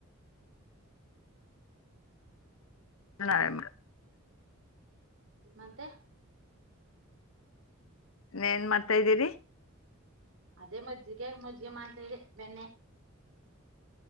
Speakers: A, on the left (about 75°); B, on the right (about 65°).
A: <unintelligible>
B: ಮತ್ತೆ
A: ಏನ್ ಮಾಡ್ತಾ ಇದ್ದೀರಿ
B: ಅದೇ ಮಜ್ಜಿಗೆ ಮಜ್ಜಿಗೆ ಮಾಡ್ತಾ ಇದೆ ಬೆಣ್ಣೆ